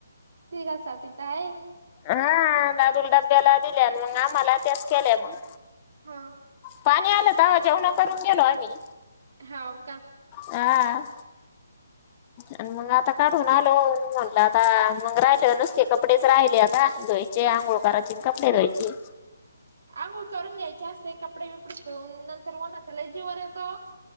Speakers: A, on the right (about 65°); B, on the left (about 25°).
A: ठीक आहे स्वाती ताई
B: हा दादूला डब्याला दिल्या मग आम्हाला त्याच केल्या मग
A: हा
B: पाणी आलं तवा जेवणं करून गेलो आम्ही
A: हाव का
B: हा आणि मग आता काढून आलो म्हटलं आता मग राहिलं नुसते कपडेच राहिले आता धुवाई चे आंघोळ करायचे आणि कपडे धुवायचे.
A: अंघोळ करून घ्यायचे असते कपडे बिपडे धून नंतर उन्हाच लई. जीवावर येत ओ